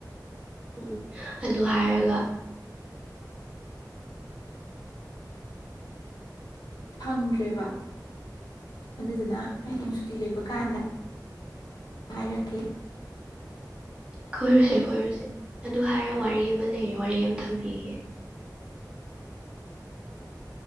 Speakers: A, on the right (about 15°); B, on the left (about 70°).
A: ꯎꯝ ꯑꯗꯨ ꯍꯥꯏꯔꯒ
B: ꯐꯪꯗ꯭ꯔꯦꯕ ꯑꯗꯨꯗꯨꯅ ꯍꯌꯦꯡ ꯇꯤ ꯂꯩꯕ ꯀꯥꯟꯗ ꯍꯥꯌꯔꯛꯏ
A: ꯀꯣꯏꯔꯨꯁꯦ ꯀꯣꯏꯔꯨꯁꯦ ꯑꯗꯨ ꯍꯥꯏꯔ ꯋꯥꯔꯤ ꯑꯃ ꯂꯩꯔ ꯋꯥꯔꯤ ꯑꯃ ꯊꯝꯕꯤꯒꯦ